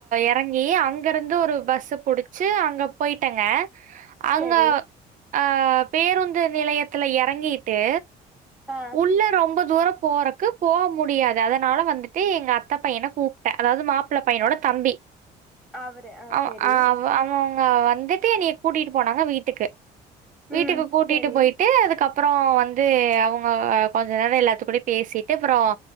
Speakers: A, on the right (about 50°); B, in the centre.
A: எறங் ஏ அங்கருந்து ஒரு பஸ்ஸ புடிச்சி அங்க போயிட்டங்க அங்க
B: சரி
A: ஆ பேருந்து நிலையத்துல எறங்கிட்டு
B: ஆ
A: உள்ள ரொம்ப தூர போறக்கு போக முடியாது அதனால வந்துட்டு எங்க அத்த பையன கூப்ட அதாவது மாப்ள பையனோட தம்பி
B: அவரு ஆ
A: அவ்
B: சரி
A: ஆவ அவ்வ அ வந்துட்டு என்னய கூட்டிட்டு போனாங்க வீட்டுக்கு வீட்டுக்கு
B: ம்
A: கூட்டிட்டு
B: சரி
A: போயிட்டு அதுக்கப் அப்பற வந்து அவுங் ஆ கொஞ்ச நேரம் எல்லாத்து கூட பேசிட்டு அப்பறம்